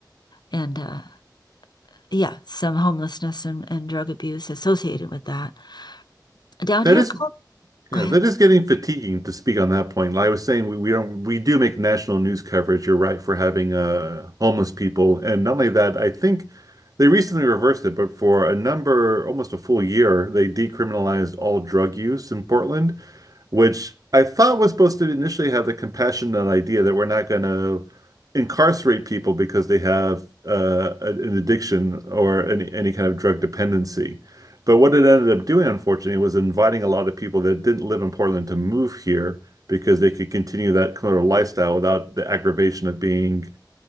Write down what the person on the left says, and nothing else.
and uh, yeah, some homelessness and, and drug abuse associated with that. Down
here,
Col-
go ahead.